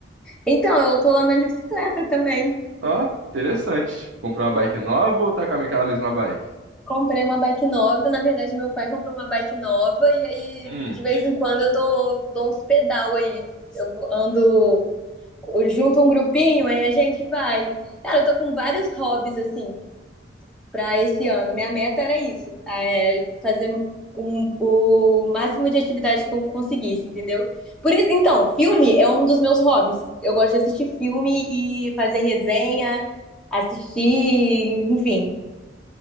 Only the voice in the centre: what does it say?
Então, eu tô andando de bicicleta também.
Comprei uma bike nova. Na verdade, meu pai comprou uma bike nova. E aí,
de vez em quando, eu dou, dou uns pedal aí. Eu ando, eu junto um grupinho, aí a gente vai. Cara, eu tô com vários hobbies, assim. para esse ano. Minha meta era isso, é fazer um- o máximo de atividade que eu conseguisse, entendeu? Por isso, então, filme é um dos meus hobbies. Eu gosto de assistir filme e fazer resenha, assistir, enfim.